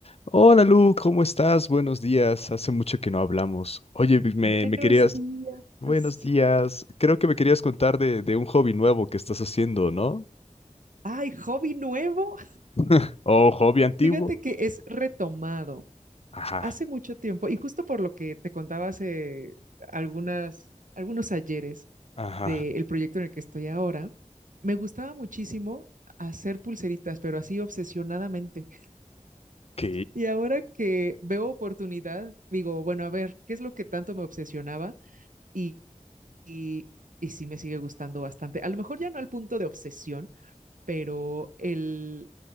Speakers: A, on the left; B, on the right.
A: Hola Lu, ¿cómo estás? Buenos días. Hace mucho que no hablamos. Oye, me,
B: Buenos
A: me querías...
B: días.
A: Buenos días. Creo que me querías contar de, de un hobby nuevo que estás haciendo, ¿no?
B: Ay, hobby nuevo.
A: <laughs> ¿O hobby antiguo?
B: Fíjate que es retomado
A: Ajá,
B: hace mucho tiempo y justo por lo que te contaba hace algunas, algunos ayeres
A: ajá.
B: del proyecto en el que estoy ahora, me gustaba muchísimo hacer pulseritas, pero así obsesionadamente.
A: Ok,
B: Y ahora que veo oportunidad, digo, bueno, a ver, ¿qué es lo que tanto me obsesionaba? Y, y, y sí me sigue gustando bastante. A lo mejor ya no al punto de obsesión, pero el